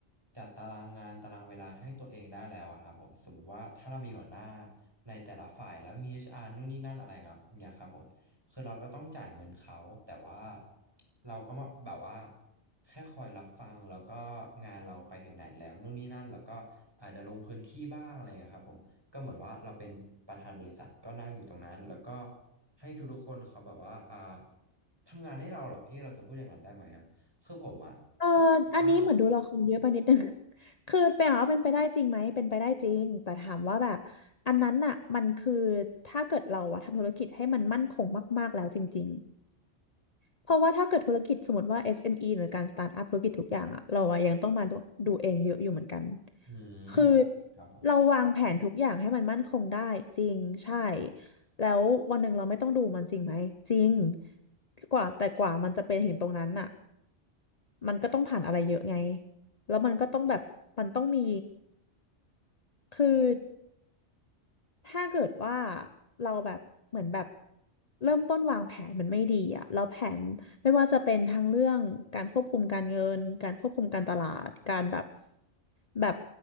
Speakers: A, on the right; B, on the left.
A: จัดตารางงานตารางเวลาให้ตัวเองได้แล้วอะครับผมสมมุติว่าถ้าเรามีหัวหน้าในแต่ละฝ่ายแล้วมี HR นู่นนี่นั่นอะไรเงี้ยเนี่ยครับผมคือเราก็ต้องจ่ายเงินเขาแต่ว่าเราก็มาแบบว่าแค่คอยรับฟังแล้วก็งานเราไปถึงไหนแล้วนู่นนี่นั่นแล้วก็อาจจะลงพื้นที่บ้างอะไรเงี้ยครับผม ก็เหมือนว่าเราเป็นประธานบริษัทก็นั่งอยู่ตรงนั้นแล้วก็ให้ทุกๆคนเขาแบบว่าอ่าทำงานให้เราเหรอพี่เราจะพูดอย่างนั้นได้ไหมอ่ะคือผมอ่ะเข้าใจว่า
B: เอออันนี้เหมือนดูละครเยอะไปนิดนึง <laughs> คือเป็นว่าเป็นไปได้จริงไหมเป็นไปได้จริงแต่ถามว่าแบบอันนั้นน่ะมันคือถ้าเกิดเราอะทำธุรกิจให้มันมั่นคงมากๆแล้วจริง เพราะว่าถ้าเกิดธุรกิจสมมติว่า SME หรือการสตาร์ทอัพธุรกิจทุกอย่างอะเราอะยังต้องมาดูดูเองเยอะอยู่เหมือนกัน
A: อืมโอเคครับผม
B: คือเราวางแผนทุกอย่างให้มันมั่นคงได้จริงใช่แล้ววันหนึ่งเราไม่ต้องดูมันจริงไหมจริงกว่าแต่กว่ามันจะเป็นถึงตรงนั้นอะมันก็ต้องผ่านอะไรเยอะไงแล้วมันก็ต้องแบบมันต้องมีคือ ถ้าเกิดว่าเราแบบเหมือนแบบเริ่มต้นวางแผนมันไม่ดีอะเราแผนไม่ว่าจะเป็นทั้งเรื่องการควบคุมการเงินการควบคุมการตลาดการแบบแบบ